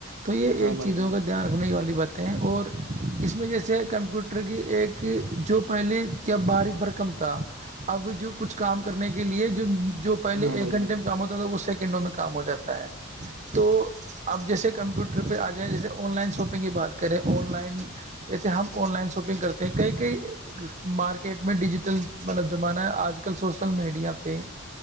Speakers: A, on the right; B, on the right.
A: تو یہ
B: ہاں
A: ایک
B: بھائی
A: چیزوں
B: جان
A: کا دھیان رکھنے والی باتیں ہیں اور اس میں جیسے کمپیوٹر کی ایک جو پہلے کیا باریک برکم تھا اب جو کچھ کام کرنے کے لیے جو جو پہلے
B: ہاں بھائی
A: ایک
B: جان
A: گھنٹے کام ہوتا تو وہ سیکنڈوں میں کام ہو جاتا ہے تو اب جیسے کمپیوٹر پہ آ جائیں جیسے آن لائن شاپنگ کی بات کریں آن لائن جیسے ہم آن لائن شاپنگ کرتے ہیں کئی کئی مارکیٹ میں ڈیجیٹل مطلب زمانہ ہے آج کل سوسل میڈیا پہ